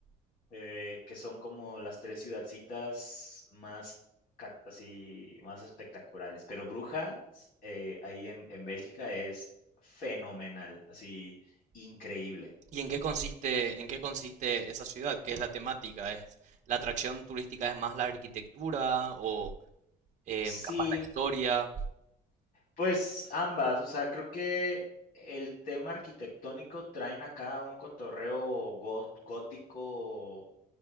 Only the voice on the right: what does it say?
¿Y en qué consiste, en qué consiste esa ciudad? ¿Qué es la temática? ¿Es la atracción turística es más la arquitectura o em,
capaz la historia?